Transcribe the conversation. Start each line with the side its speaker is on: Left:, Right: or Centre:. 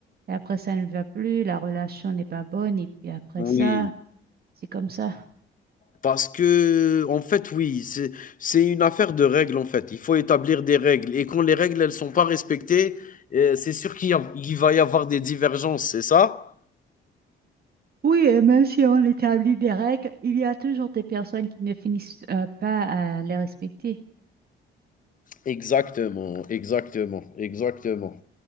Right: et après ça ne va plus, la relation n'est pas bonne et puis après
Left: Oui,
Right: ça, c'est comme ça.
Left: parce que, en fait, oui, c'est, c'est une affaire de règles, en fait. Il faut établir des règles. Et quand les règles, elles sont pas respectées, euh, c'est sûr qu'il y a- il va y avoir des divergences, c'est ça?
Right: Oui, et même si on établit des règles, il y a toujours des personnes qui ne finissent euh, pas à les respecter.
Left: Exactement, exactement, exactement.